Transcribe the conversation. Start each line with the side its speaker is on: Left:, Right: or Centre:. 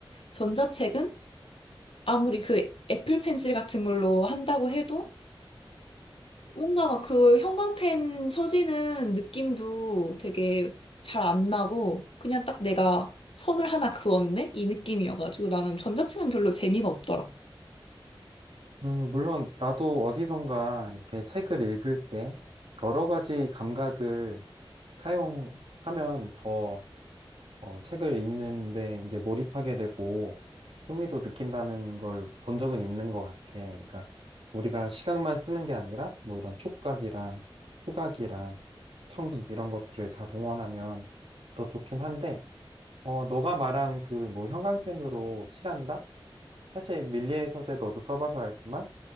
Left: 전자책은 아무리 그 애플 펜슬 같은 걸로 한다고 해도 뭔가 막 그 형광펜 처지는 느낌도 되게 잘 안 나고 그냥 딱 내가 선을 하나 그었네? 이 느낌이어가지고 나는 전자책은 별로 재미가 없더라.
Right: 음, 물론 나도 어디선가 이렇게 책을 읽을 때 여러 가지 감각을 사용하면 더 어, 책을 읽는데 이제 몰입하게 되고 흥미도 느낀다는 걸 본 적은 있는 것 같아. 그러니까 우리가 시각만 쓰는 게 아니라 뭐 이런 촉각이랑 후각이랑 청각 이런 것들을 다 동원하면 더 좋긴 한데 어, 너가 말한 그 뭐 형광펜으로 칠한다? 사실 밀리의 서재 너도 써봐서 알지만